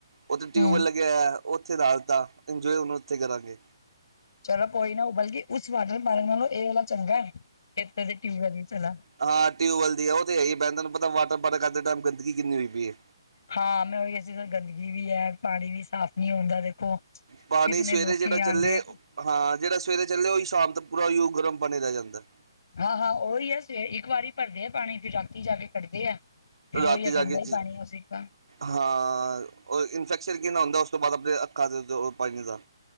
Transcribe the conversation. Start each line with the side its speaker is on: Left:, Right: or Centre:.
Right: ਉੱਥੇ ਟਿਊਬਵੈਲ
Left: ਹੂੰ
Right: ਲੱਗਿਆ ਹੋਇਆ ਉਹ ਉੱਥੇ ਨਹਾ ਦਿੱਤਾ ਇੰਜੋਏ ਹੁਣ ਉੱਥੇ ਕਰਾਂਗੇ।
Left: ਚਲੋ ਕੋਈ ਨਾ ਉਹ ਬਲਕਿ ਉਸ ਵਾਟਰ ਪਾਰਕ ਨਾਲੋਂ ਇਹ ਵਾਲਾ ਚੰਗਾ ਐ। ਤੇ ਟਿਊਬ ਨਹੀ ਚਲਾ
Right: ਹਾਂ ਟਿਊਬਵੈਲ ਦੀ ਆ ਉਹ ਤੇ ਹੈ ਏ ਭੈਣ ਤੁਹਾਨੂੰ ਪਤਾ ਵਾਟਰ ਵਾਟਰ ਕਰਦੇ ਟਾਈਮ ਗੰਦਗੀ ਕਿੰਨੀ ਹੋਈ ਪਈ ਏ
Left: ਹਾਂ ਮੈਂ ਉਹੀ ਅ ਸੀ ਗੰਦਗੀ ਵੀ ਹੈ ਪਾਣੀ ਵੀ ਸਾਫ਼ ਨਹੀਂ ਆੳਦਾ।
Right: ਪਾਣੀ
Left: ਕਿਤਨੇ
Right: ਸਵੇਰੇ
Left: ਲੋਕੀ
Right: ਜਿਹੜਾ
Left: ਆਣਗੇ।
Right: ਚੱਲੇ ਹਾਂ ਜਿਹੜਾ ਸਵੇਰੇ ਚੱਲ ਜੇ ਉਹੀ ਸ਼ਾਮ ਤੱਕ ਪੂਰਾ ਉਹੀ ਓ ਗਰਮ ਪਾਣੀ ਰਹਿ ਜਾਂਦਾ ਏ।
Left: ਹਾਂ ਹਾਂ ਉਹੀ ਹੈ ਸਵੇਰੇ ਇੱਕ ਵਾਰੀ ਭਰਦੇ ਆ ਪਾਣੀ ਫਿਰ ਰਾਤੀ ਜਾ ਕੇ ਕੱਢਦੇ ਆ। ਫਿਰ
Right: ਰਾਤੀ
Left: ਉਹੀ ਆ
Right: ਜਾ
Left: ਗੰਦਾ
Right: ਕੇ
Left: ਹੀ
Right: ਚ
Left: ਪਾਣੀ ਉਸ ਸੀ ਤਾਂ
Right: ਹਾਂ ਉਹ ਇਨਫੈਕਸ਼ਨ ਕਿੰਨਾ ਹੁੰਦਾ ਉਸ ਤੋਂ ਬਾਅਦ ਆਪਣੇ ਅੱਖਾਂ ਤੇ ਉਹ ਪਾਣੀ ਦਾ।